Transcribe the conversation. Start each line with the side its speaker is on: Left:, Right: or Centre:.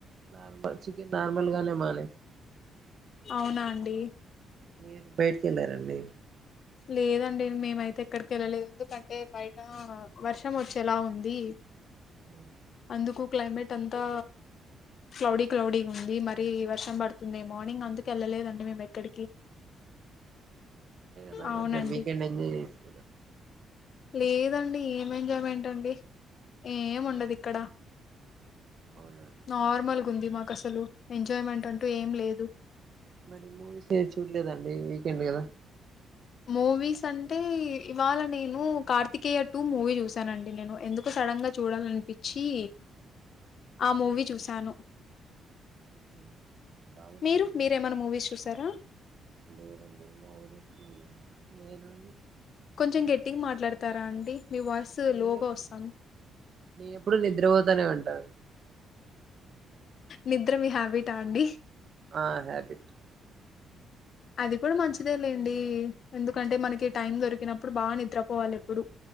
Right: నార్మల్ చికెన్ నార్మల్గానే మా.
Left: అవునా అండి
Right: మీరు బయటికి వెళ్లారంండి
Left: లేదండి మేమైతే ఎక్కడికి వెళ్ళలేదు ఎందుకంటే బయట వర్షం వచ్చేలా ఉంది
Right: ఉమ్,
Left: అందుకు క్లైమేట్ అంతా క్లౌడీ క్లౌడీ గా ఉంది మరి వర్షం పడుతుందేమో అని అందుకు వెళ్ళలేదండి మేము ఎక్కడికి
Right: అలా
Left: అవునండి
Right: కొంచం వీకెండ్ ఎంజాయ్ చేయొచ్చు కదా
Left: లేదండి ఏం ఎంజాయ్మెంట్ అండి ఏం ఉండదు ఇక్కడ
Right: అవునండి
Left: నార్మల్ ఉంది మాకు అసలు ఎంజాయ్మెంట్ అంటూ ఏం లేదు
Right: మరి మూవీస్ ఏం చూడలేద అండి వీకెండ్ కదా
Left: మూవీస్ అంటే ఇవాళ నేను కార్తికేయ టూ మూవీ చూసానండి నేను ఎందుకో సడన్గా చూడాలనిపిచ్చి ఆ మూవీ చూశాను
Right: ఊహు బాగుందండి
Left: మీరు మీరేమైనా మూవీస్ చూసారా
Right: లేదండీ నాకు తెలిసి నేన అండి
Left: కొంచెం గెట్టిగా మాట్లాడతారా అండి మీ వాయిస్
Right: నేను
Left: లోగా వస్తంది
Right: నేను ఎప్పుడు నిద్రపోతానే ఉంటానండి
Left: నిద్ర మీ హ్యాబిటా అండి
Right: ఆ హ్యాబిట్
Left: అది కూడా మంచిదే లేండి ఎందుకంటే మనకి టైం దొరికినప్పుడు బాగా నిద్రపోవాలి ఎప్పుడు